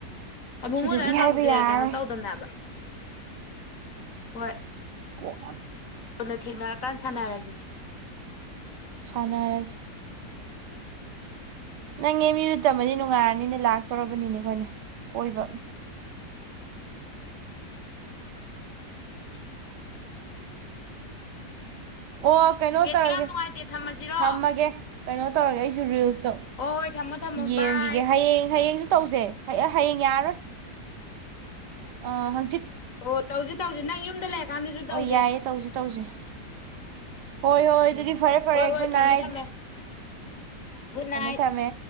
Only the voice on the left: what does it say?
ꯑꯗꯨ
ꯃꯣꯏ ꯑꯗꯨꯃꯥꯏꯅ ꯇꯧꯔꯛꯄꯁꯦ
ꯀꯩꯅꯣ ꯇꯧꯗꯝꯅꯤ ꯍꯥꯢꯕ ꯍꯣꯏ
ꯀꯣꯅ ꯊꯦꯡꯅꯔꯀꯥꯟꯗ ꯁꯥꯟꯅꯔꯁꯦ
<unintelligible>
ꯅꯦꯠꯁꯨ
ꯌꯥꯝ ꯅꯨꯡꯉꯥꯏꯇꯦ ꯊꯝꯃꯁꯤꯔꯣ
ꯍꯣꯏ ꯍꯣꯏ ꯊꯝꯃꯣ ꯊꯝꯃꯣ
ꯕꯥꯏ
ꯑꯣ ꯇꯧꯁꯤ ꯇꯧꯁꯤ ꯅꯪ ꯌꯨꯝꯗ ꯂꯩ ꯒꯥꯟꯗꯁꯨꯨ
ꯇꯧꯁꯦ
ꯎꯝ
ꯍꯣꯏ ꯍꯣꯏ
ꯊꯝꯃꯦ
ꯊꯝꯃꯦ ꯒꯨꯗ
ꯅꯥꯏꯠ